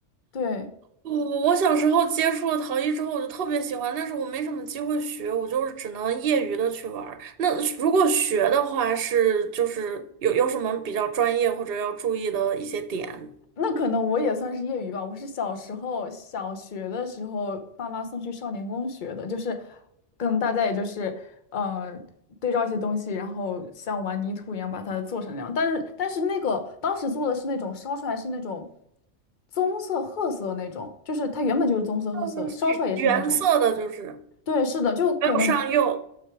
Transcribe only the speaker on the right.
我我小时候接触了陶艺之后，我就特别喜欢，但是我没什么机会学，我就是只能业余的去玩儿。那如果学的话，是就是有有什么比较专业或者要注意的一些点？
就是原色的，
就是
没有上釉。